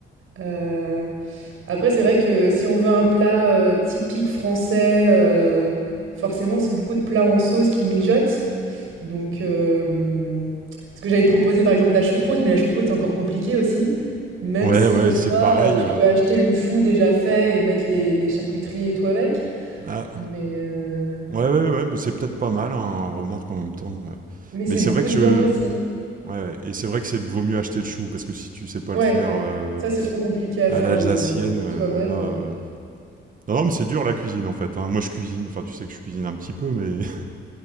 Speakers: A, on the right (about 85°); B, on the right (about 40°).
A: Euh, après, c'est vrai que si on veut un plat euh, typique français, euh, forcément c'est beaucoup de plats en sauce qui mijotent. Donc, euh, ce que j'allais te proposer, par exemple, la choucroute, mais la choucroute, c'est encore compliqué aussi. Même
B: Ouais,
A: si
B: ouais,
A: en soi,
B: et c'est pareil.
A: euh, tu
B: euh,
A: peux acheter le chou déjà fait et mettre les, les charcuteries et tout avec.
B: ah,
A: Mais, euh,
B: ouais, ouais, ouais, bah, c'est peut-être pas mal, hein, remarque en même temps. ouais.
A: mais c'est
B: Mais c'est
A: beaucoup
B: vrai que
A: de
B: je.
A: viande aussi.
B: Ouais, et c'est vrai que c'est vaut mieux acheter le chou, parce que si tu sais pas
A: Ouais,
B: le faire euh,
A: ça, c'est trop compliqué à
B: à
A: faire
B: l'alsacienne,
A: le, le chou
B: euh,
A: soi-même.
B: là.
A: euh.
B: euh, Non, non, mais c'est dur la cuisine en fait. hein. Moi je cuisine, enfin tu sais que je cuisine un petit peu, mais